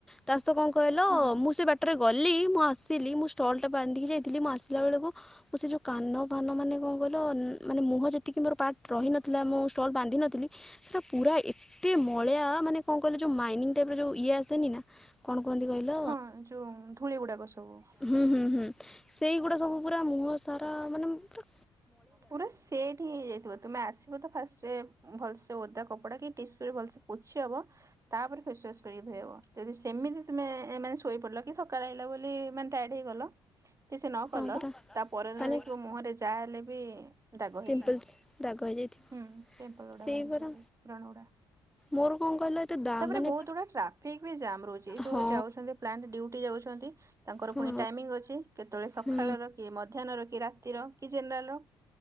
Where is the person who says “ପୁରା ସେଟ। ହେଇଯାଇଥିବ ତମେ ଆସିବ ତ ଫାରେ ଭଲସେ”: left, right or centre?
Right